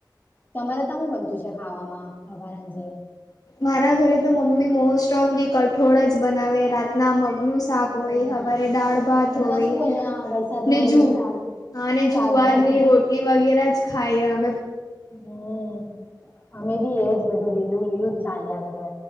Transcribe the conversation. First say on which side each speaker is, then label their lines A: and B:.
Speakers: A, on the left; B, on the left.
A: તમારે ત હું બનતું છે ખાવામાં હવાર હંજે?
B: મારા ઘરે તો મમ્મી મોસ્ટ ઓફ ધી કઠોળ જ બનાવે રાતના મગનું શાક
A: હમ
B: હોય હવારે દાળ ભાત
A: હમણાં
B: હોય
A: શું અહિયાં વરસાદમાં
B: ને
A: લીલી
B: જુ
A: શાક
B: હા અને
A: શાકભાજી
B: જુવારની
A: પણ
B: રોટલી વગેરે જ ખાયમ
A: હમ અમે બી એજ બધું લીલું લીલું જ ચાલ્યા ઘરે